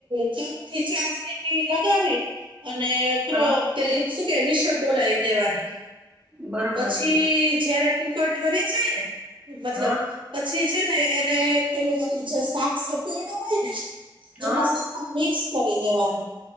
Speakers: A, on the right (about 85°); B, on the right (about 20°).
A: ત્રણ થી ચાર સીટી લગાવી અને
B: હા
A: પેલી શું કે વિશલ બોલાવી દેવાની
B: બરોબર
A: પછી
B: છે
A: જયારે કુકર ઠરે જાય ને મતલબ
B: હા
A: પછી છે ને એને પેલું આપડું જે શાક સપડુંય હોય ને
B: હા
A: એમાં મિક્સ કરી દેવાની